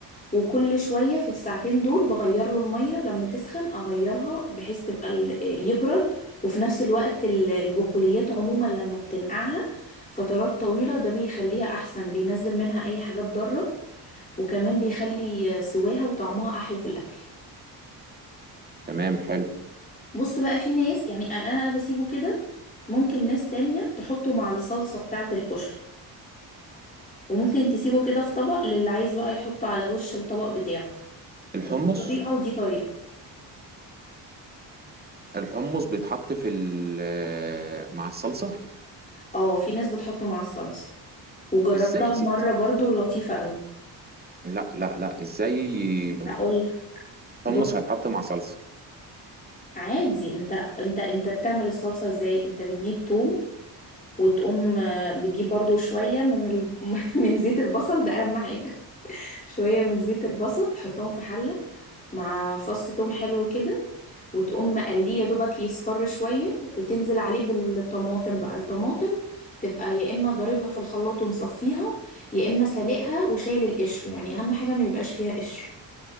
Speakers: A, on the left; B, on the right.
A: وكل شوية في الساعتين دول بغير له المية لما تسخن أغيرها بحيث تبقى ال- يبرد وفي نفس الوقت ال- البقوليات عموما لما بتنقعها فترات طويلة ده بيخليها أحسن بينزل منها أي حاجات ضارة وكمان بيخلي سواها وطعمها أحلى في الأكل
B: تمام حلو اه
A: بص بقى في ناس يعني انا انا بسيبه كده ممكن ناس تانية تحطه مع الصلصة بتاعة الكشري وممكن تسيبه كده في طبق للي عايز بقى يحطه على وش الطبق بتاعه
B: الحمص
A: دي طريقة ودي طريقة
B: الحمص بيتحط في ال- مع الصلصة
A: اه في ناس بتحطه مع الصلصة وجربتها
B: ازاي يا ستي
A: مرة برضو لطيفة قوي
B: لا لا لا ازاي
A: هقول بص
B: حمص هيتحط مع صلصة
A: عادي انت انت انت بتعمل الصلصة ازاي انت بتجيب توم وتقوم آه، بتجيب برضو شوية من ال... <laughs> من زيت البصل ده اهم حاجة شوية من زيت البصل تحطهم في حلة مع فص توم حلو كده وتقوم مقليه يا دوبك يصفر شوية تنزل عليه بالطماطم بقى الطماطم تبقى يا إما ضاربها في الخلاط ومصفيها يا إما سالقها وشايل القشر يعني أهم حاجة ما يبقاش فيها قشر